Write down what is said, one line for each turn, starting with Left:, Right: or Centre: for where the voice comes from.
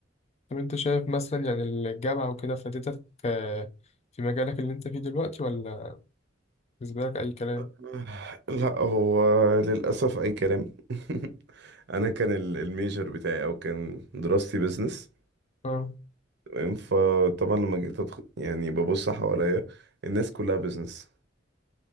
Left: طب انت شايف مثلا يعني الجامعه وكده فادتك آه، في مجالك اللي انت فيه دلوقتي ولا بالنسبه لك اي كلام
Right: <sighs> لا هو للأسف أي كلام <laughs> أنا كان ال- الميجر بتاعي أو كان دراستي بيزنس
Left: اه
Right: تمام. فطبعا لما جيت أدخل يعني ببص حواليا الناس كلها بيزنس